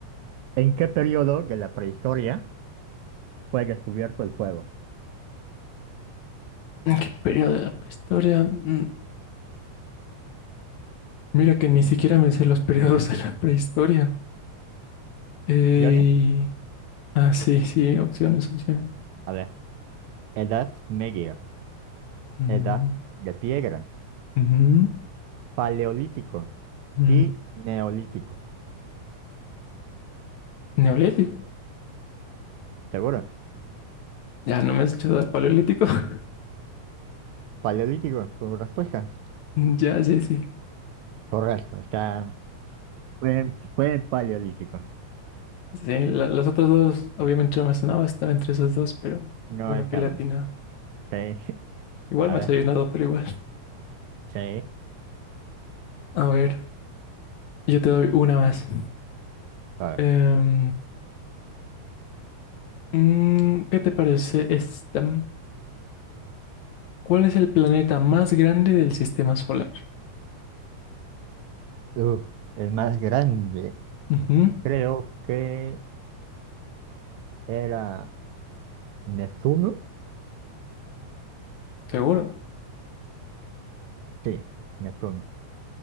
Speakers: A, on the right (about 75°); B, on the left (about 75°).
A: ¿en qué periodo de la prehistoria fue descubierto el fuego?
B: ¿En ¿Qué periodo de la prehistoria? Mm, Mira que ni siquiera me sé los periodos de la prehistoria. Eh,
A: Opciones.
B: Ah, sí, sí, opciones, opciones.
A: A ver, Edad Media,
B: Mm,
A: Edad de Piedra,
B: ujú,
A: Paleolítico
B: mm,
A: y Neolítico.
B: Neolítico.
A: ¿Seguro?
B: Ya, no me has hecho dar paleolítico. <laughs>
A: Paleolítico, como respuesta.
B: Ya, sí, sí.
A: Correcto, está... Fue, fue Paleolítico.
B: Sí, la- las otras dos, obviamente no me sonaba, estaba entre esas dos, pero
A: No
B: qué bueno
A: estaba.
B: que latina.
A: Sí, <laughs>
B: Igual
A: a
B: me
A: ver,
B: has ayudado, pero igual.
A: sí,
B: A ver, yo te doy una más.
A: a ver.
B: Em, mm, ¿qué te parece esta? ¿Cuál es el planeta más grande del sistema solar?
A: Uf, el más grande,
B: Ujú,
A: creo que era Neptuno.
B: Seguro,
A: Sí, Neptuno.